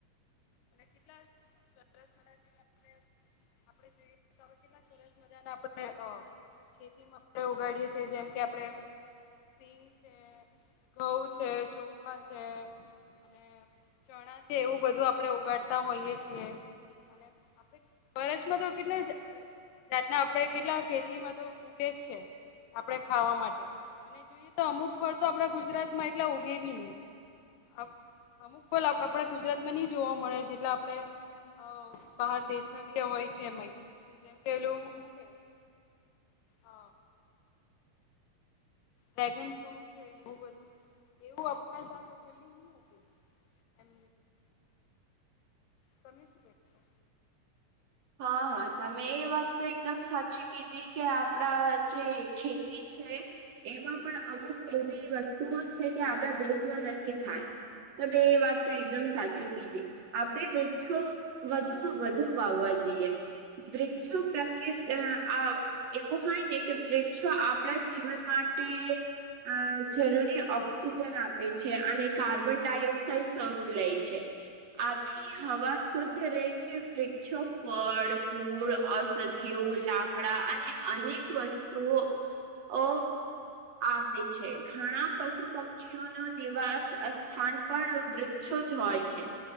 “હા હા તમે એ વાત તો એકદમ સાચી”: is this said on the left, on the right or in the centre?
Right